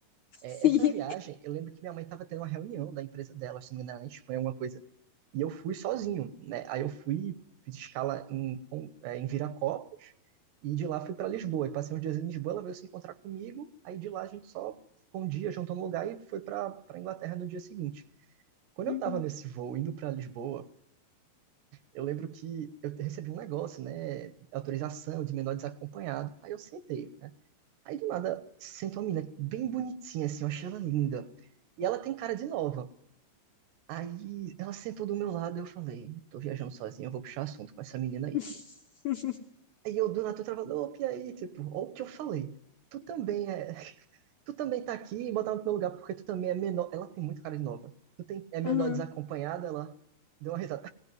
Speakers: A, on the left; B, on the right.
A: <laughs>
B: É,
A: sim.
B: essa viagem, eu lembro que minha mãe estava tendo uma reunião da empresa dela, se não me engano, era na Espanha, alguma coisa. E eu fui sozinho, né? Aí eu fui, fiz escala em, com- é, em Viracopos e de lá fui para Lisboa. E passei uns dias em Lisboa, ela veio se encontrar comigo. Aí de lá a gente só ficou um dia, juntou no lugar e foi para para Inglaterra no dia seguinte. Quando
A: Uhum.
B: eu estava nesse voo indo para Lisboa, eu lembro que eu recebi um negócio, né? Autorização de menor desacompanhado. Aí eu sentei, né? Aí do nada senta uma menina bem bonitinha, assim, eu achei ela linda. E ela tem cara de nova. Aí ela sentou do meu lado e eu falei, tô viajando sozinha, eu vou puxar assunto com essa menina aí.
A: <laughs>
B: Aí eu do nada tô travado, opa, e aí, tipo, ó o que eu falei. Tu também é, tu também tá aqui, botar no teu lugar, porque tu também é menor. Ela tem muito cara de nova. Tu tem, é menor
A: Aham.
B: desacompanhada, ela deu uma risada.